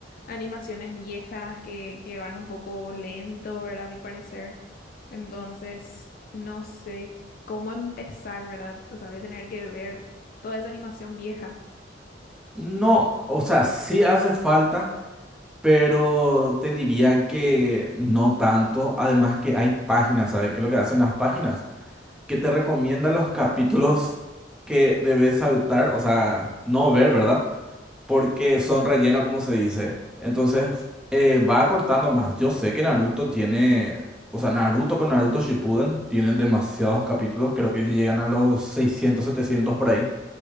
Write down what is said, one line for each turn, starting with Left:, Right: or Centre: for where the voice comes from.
Left: animaciones viejas que, que van un poco lento, ¿verdad? A mi parecer. Entonces, no sé cómo empezar, ¿verdad? O sea, voy a tener que ver toda esa animación vieja.
Centre: No, o sea, sí hace falta, pero te diría que no tanto. Además que hay páginas, ¿sabes qué es lo que hacen las páginas? que te recomienda los capítulos que debes saltar, o sea, no ver, ¿verdad? Porque son relleno, como se dice. Entonces, eh, va acortando más. Yo sé que Naruto tiene, o sea, Naruto con Naruto Shippuden tienen demasiados capítulos, creo que llegan a los 600, 700 por ahí.